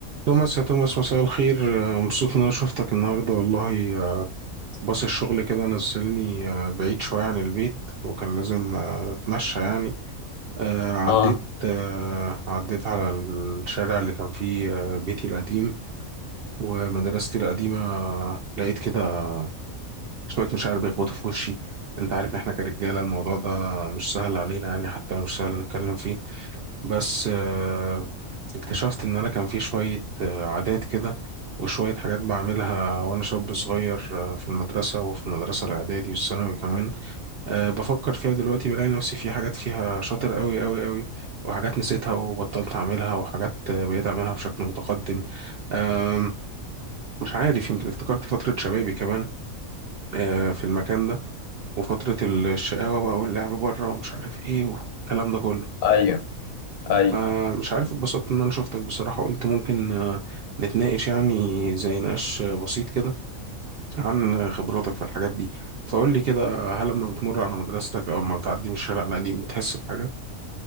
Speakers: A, on the right; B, on the left.
A: توماس يا توماس مساء الخير آه، مبسوط ان انا شفتك النهارده والله آه، باص الشغل كده نزلني آه، بعيد شويه عن البيت وكان لازم آه، اتمشى يعني آه، عديت
B: اه
A: آه، عديت على الشارع اللي كان فيه آه، بيتي القديم ومدرستي القديمه آه، لقيت كده شويه مشاعر بيخبطوا في وشي انت عارف احنا كرجاله الموضوع ده مش سهل علينا يعني حتى مش سهل نتكلم فيه بس آه، اكتشفت ان انا كان في شوية آه، عادات كده وشوية حاجات بعملها وانا شاب صغير آه، في المدرسة وفي المدرسة الاعدادي والثانوي كمان أه بفكر فيها دلوقتي بلاقي نفسي في حاجات فيها شاطر قوي قوي قوي وحاجات نسيتها وبطلت اعملها وحاجات آه، بقيت اعملها بشكل متقدم أه مش عارف يمكن افتكرت فترة شبابي كمان أه في المكان ده وفترة الشقاوة بقى واللعب بره ومش عارف ايه والكلام ده كله
B: ايوه ايوه
A: آه، مش عارف اتبسطت ان انا شفتك بصراحة قلت ممكن آه، نتناقش يعني زي نقاش آه، بسيط كده عن آه، خبراتك في الحاجات دي فقول لي كده هل لما بتمر على مدرستك او لما بتعدي من الشارع القديم بتحس بحاجة؟